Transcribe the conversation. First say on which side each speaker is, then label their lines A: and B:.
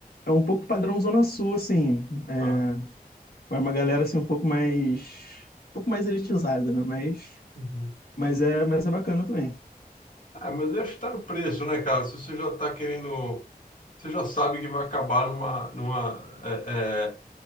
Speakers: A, on the left (about 85°); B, on the left (about 55°).
A: é um pouco padrão Zona Sul, assim. É,
B: Ah,
A: vai uma galera assim um pouco mais, um pouco mais elitizada, né? Mas,
B: uhum.
A: mas é, mas é bacana também.
B: Ah, mas eu acho que tá no preço, né, cara? Se você já tá querendo. Você já sabe que vai acabar numa. numa é, é-